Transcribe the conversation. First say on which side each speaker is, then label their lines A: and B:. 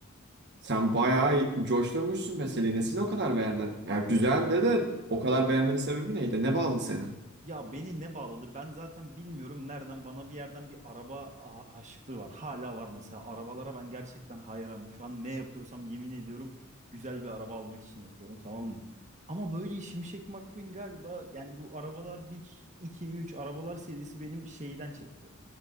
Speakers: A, on the right; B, on the right.
A: sen bayağı coşturmuşsun meseleyi. Nesini o kadar beğendin? Yani güzeldi de o kadar beğenmenin sebebi neydi? Ne bağladı seni?
B: Ya beni ne bağladı? Ben zaten bilmiyorum nereden bana bir yerden bir araba a- aşıklığı var. Hala var mesela. Arabalara ben gerçekten hayranım. Şu an ne yapıyorsam yemin ediyorum güzel bir araba almak için yapıyorum tamam mı? Ama böyle Şimşek McQueen galiba yani bu arabalar bir 2 3 arabalar serisi benim şeyden çekti.